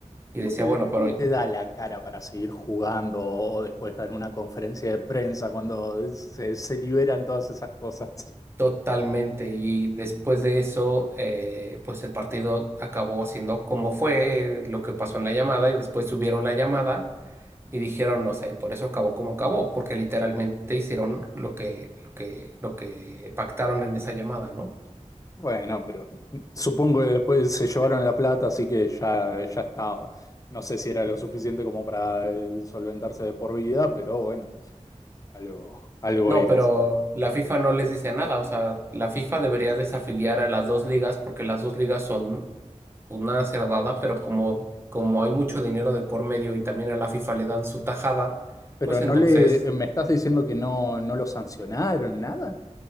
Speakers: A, on the right (about 20°); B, on the left (about 30°).
A: Y
B: ¿Cómo
A: decía,
B: te,
A: bueno,
B: cómo
A: pero
B: te da la cara para seguir jugando o después dar una conferencia de prensa cuando se, se liberan todas esas cosas?
A: totalmente. Y después de eso, eh, pues el partido acabó siendo como fue lo que pasó en la llamada y después subieron la llamada. Y dijeron, o sea, y por eso acabó como acabó, porque literalmente hicieron lo que, lo que, lo que pactaron en esa llamada, ¿no?
B: Bueno, pero supongo que después se llevaron la plata, así que ya, ya estaba. No sé si era lo suficiente como para eh, solventarse de por vida, pero bueno, algo, algo
A: No,
B: eras.
A: pero la FIFA no les dice nada, o sea, la FIFA debería desafiliar a las dos ligas porque las dos ligas son una cerdada, pero como, como hay mucho dinero de por medio y también a la FIFA le dan su tajada,
B: Pero
A: pues
B: no
A: entonces,
B: le, eh, ¿me estás diciendo que no, no lo sancionaron, nada?